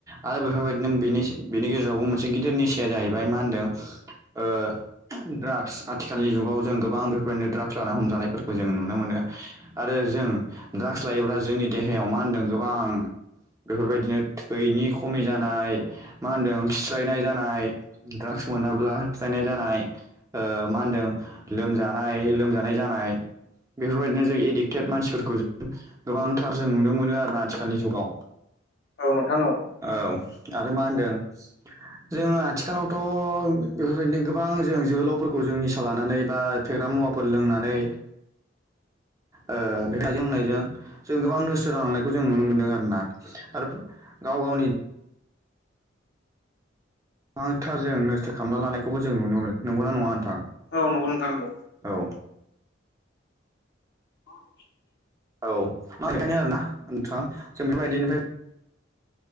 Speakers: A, on the right; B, on the left.
A: आरो बेफोरबायदि नोंनि बेनि गेजेरावबो मोनसे गिदिर निसाया जाहैबाय मा होनदों ओ ड्राग्स आथिखालनि जुगाव जों गोबां बेफोरदिनो ड्राग्स ला हमजानायफोरखौ जों नुनो मोनो आरो जों ड्राग्स लायोब्ला जोंनि देहायाव मा होनदों गोबां बेफोरबायदिनो थैनि खमि जानाय मा होनदों खिस्रायनाय जानाय द्राग्स मोनाब्ला खिस्रायनाय जानाय मा होनदों लोमजानाय लोमजानाय जानाय बेफोरबायदिनो जों एडिक्टेड मानसिफोरखौ ज गोबांथार जों नुनो मोनो आरो आथिखालनि जुगाव
B: औ नोंथां औ
A: औ आरो मा होनदों जोङो आथिखालावथ' बेफोरबायदिनो गोबां जों जोहोलावफोरखौ जों निसा लानानै बा फेग्रा मुवाफोर लोंनानै ओ बेेखाय जोंनायजों जों गोबां नोस्थो जालांनायखौ जों नुनो मोन्दों आरो ना आरो गाव गावनि गोबांथार जों नस्थ' खालामना लानायखौबो जों नुनो मोन नंगौना नङा नोंथां
B: औ नंगौ नंगौ
A: औ
B: अ <unintelligible>
A: औ मा बेखायनो आरो ना नोंथा जों बे बायदिनिफ्राय